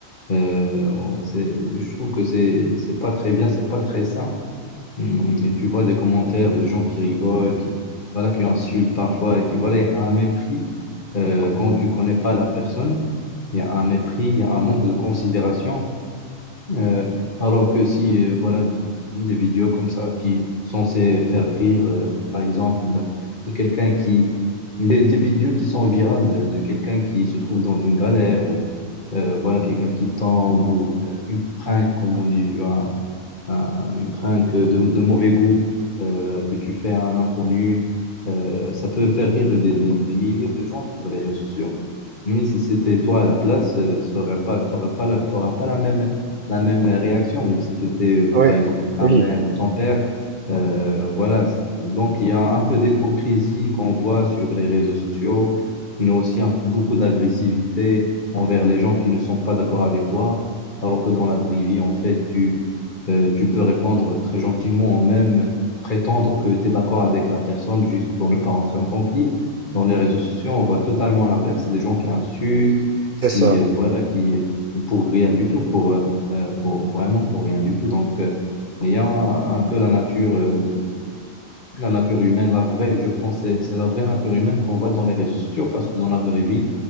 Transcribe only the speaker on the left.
Euh, on- c'est- je trouve que c'est c'est pas très bien, c'est pas très sain. Hum, et tu vois des commentaires de gens qui rigolent, qui voilà, qui insultent parfois, et qui voilà, il y a un mépris euh, quand tu connais pas la personne. Il y a un mépris, il y a un manque de considération euh, alors que si, euh, voilà, d- des vidéos comme ça qui sont censées faire rire, euh, par exemple, d'un- de, quelqu'un qui... Des, des vidéos qui sont virales, euh, de quelqu'un qui se trouve dans une galère, ou euh, voilà, quelqu'un qui tombe, ou euh, une prank, comme on dit, un- un- une prank de, de mauvais goût euh, que tu fais à un inconnu, euh, ça peut faire rire des, des des milliers de gens sur les réseaux sociaux. Mais si c'était toi à la place, euh, ça aurait pas, t'aurais pas la, t'auras pas la même, la même réaction. Ou si c'était, euh,
par exemple, ta
mère ou ton père, euh, voilà. Donc, il y a un peu d'hypocrisie qu'on voit sur les réseaux sociaux, mais aussi un- beaucoup d'agressivité envers les gens qui ne sont pas d'accord avec toi. Alors que dans la vraie vie, en fait, tu, euh, tu peux répondre très gentiment ou même prétendre que tu es d'accord avec la personne juste pour ne pas rentrer en conflit. Dans les réseaux sociaux, on voit totalement l'inverse, des gens qui insultent,
qui, euh, voilà, qui, qui pour rien du tout, pour, euh, euh, pour, vraiment pour rien du tout. Donc, euh, il y a un peu la nature, euh, la nature humaine, la vraie, je pense, c'est c'est la vraie nature humaine qu'on voit dans les réseaux sociaux, parce que dans la vraie vie,